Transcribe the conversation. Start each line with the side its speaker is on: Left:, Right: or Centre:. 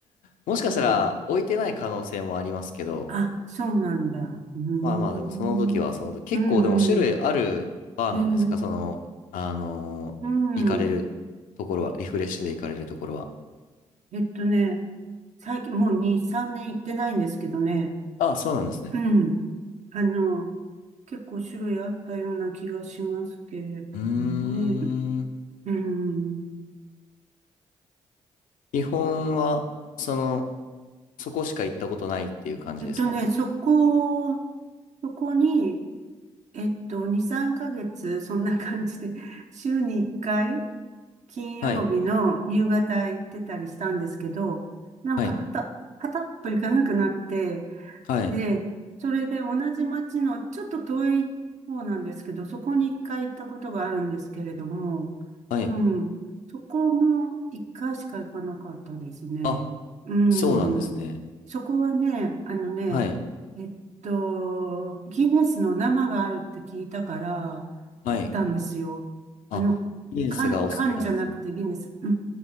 Left: もしかしたら、
Right: そう。
Left: 置いてない可能性もありますけど、
Right: あ、そうなんだ。うーん。
Left: まあまあ、でも、その時は、その時、結構、
Right: うんうん。
Left: でも、種類あるバーなんですかその、
Right: えー
Left: あのー行かれるところは、
Right: うん。え
Left: リフレッシュで行かれるところは。
Right: えっとね、最近もう2、3年行ってないんですけどね。
Left: あ、そうなんですね。
Right: うん。あの、結構種類あったような気がしますけれどもね。
Left: うーん。
Right: うん。
Left: 基本は、その、そこしか行ったことないっていう感じですか
Right: えっとね、そこ、そこに、えっと、2、3ヶ月、そんな感じで、<laughs> 週に1回、金曜日の夕方行ってたりしたんですけど、
Left: はい。
Right: なんかはた、
Left: はい。
Right: はたっと行かなくなって、
Left: はい。
Right: で、それで同じ町のちょっと遠い方なんですけど、そこに一回行ったことがあるんですけれども、
Left: はい。
Right: うん、そこも一回しか行かなかったですね。
Left: あ
Right: うん、
Left: そうなんですね。
Right: そこはね、あのね、
Left: はい。
Right: えっと、ギネスの生があるって聞いたから行ったんですよ。
Left: はい。あ、
Right: あの、
Left: リンスがお好きなんですね。
Right: 缶、缶じゃなくてギネス。